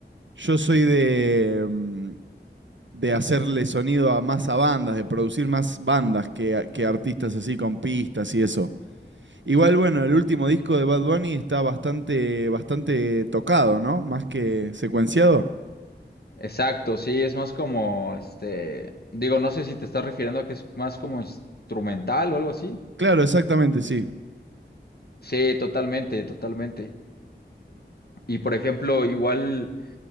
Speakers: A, on the right (about 80°); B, on the left (about 55°).
A: Yo soy de. mm, de hacerle sonido a más a bandas, de producir más bandas que, a- que artistas así con pistas y eso. Igual, bueno, el último disco de Bad Bunny está bastante, bastante tocado, ¿no? Más que secuenciado.
B: Exacto, sí, es más como, este, digo, no sé si te estás refiriendo a que es más como instrumental o algo así.
A: Claro, exactamente, sí.
B: Sí, totalmente, totalmente. Y por ejemplo, igual...